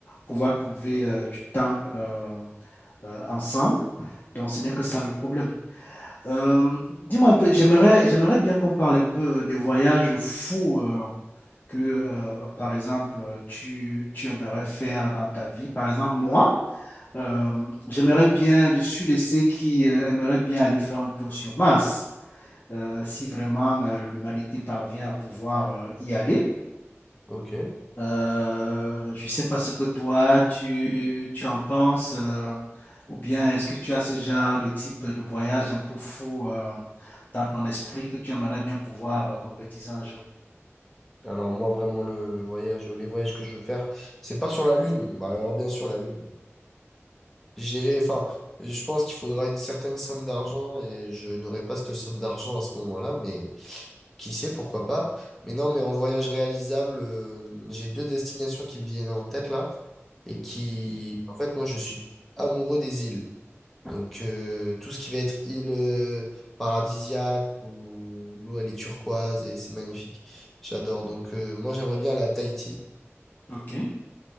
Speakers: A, on the left; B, in the centre.
A: pouvoir trouver euh, du temps euh, euh, ensemble. Donc, ce n'est que ça le problème. Euh, dis-moi un peu, j'aimerais, j'aimerais bien qu'on parle un peu euh, des voyages fous euh, que, euh, par exemple, tu, tu aimerais faire dans ta vie. Par exemple, moi, euh, j'aimerais bien, je suis de ceux qui euh, aimeraient bien aller faire un tour sur Mars euh, si vraiment euh, l'humanité parvient à pouvoir euh, y aller.
B: Ok.
A: Euh, je ne sais pas ce que toi, tu, tu en penses, euh, ou bien est-ce que tu as ce genre de type de voyage un peu fou euh, dans ton esprit que tu aimerais bien pouvoir euh, concrétiser un jour?
B: Alors moi vraiment le, le voyage, les voyages que je veux faire, c'est pas sur la Lune. Bah alors bien sûr la Lune. J'irai, enfin, je pense qu'il faudra une certaine somme d'argent et je n'aurai pas cette somme d'argent à ce moment-là, mais qui sait, pourquoi pas. Mais non, mais en voyage réalisable, euh, j'ai deux destinations qui me viennent en tête là et qui, en fait, moi, je suis amoureux des îles. Donc, euh, tout ce qui va être île euh, paradisiaque où l'eau, elle est turquoise et c'est magnifique. J'adore. Donc, euh, moi, j'aimerais bien aller à Tahiti
A: OK.